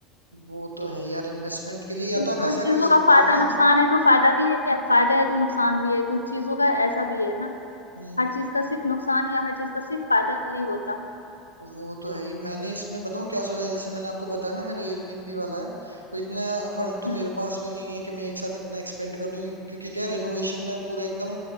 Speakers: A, on the right; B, on the left.
A: वो तो है यार इन्वेस्टमेंट के लिए या
B: कुछ
A: तो आप ऐसा
B: चीजों
A: कर
B: का
A: सकते
B: फायदा
A: हो ना
B: नुकसान है तो फायदा भी है फायदा है तो नुकसान भी है कुछ चीजों का ऐसा भी है ना
A: हम्म
B: हर चीज का सिर्फ नुकसान या हर चीज का सिर्फ फायदा नहीं होता
A: वो तो है ही मैंने इसमें बताऊं क्या सोचा है जैसे मैंने आपको बताया ना मेरा एयरबीएनबी वाला है तो इतना फंड तो
B: हम्म
A: मेरे पास भी नहीं है कि मैं एक साथ इतना एक्सपेंड कर दूं क्योंकि क्या है रेनोवेशन में पूरा एकदम